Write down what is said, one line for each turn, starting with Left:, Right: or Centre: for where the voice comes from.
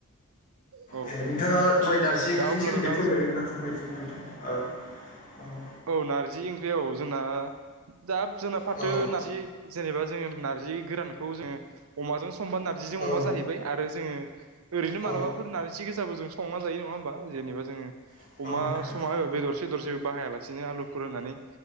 Right: औ
Left: दे नोंथाङा दहाय नारजि ओंख्रिनि
Right: दा अब्ला
Left: सोमोन्दै
Right: नोंथां
Left: फोरमायदोंमोन ना फोरमाय फोरमायदोंमोन नोंथां औ औ।
Right: औ नारजि ओंख्रिआ औ जोंना जाप जोंना फाथो
Left: औ
Right: नारजि जेनेबा जोङो नारजि गोरानखौ जोङो अमाजों समबा नारजिजों
Left: औ
Right: अमा जाहैबाय आरो जोङो ओरैनो
Left: औ
Right: मालाबाफोर नारजि गोजाबो जों संना जायो नङा होमबा? जेनेबा जोङो
Left: नोंथां
Right: अमा समाबा बेदरसेदर जेबो बाहायालासिनो आलुफोर होनानै।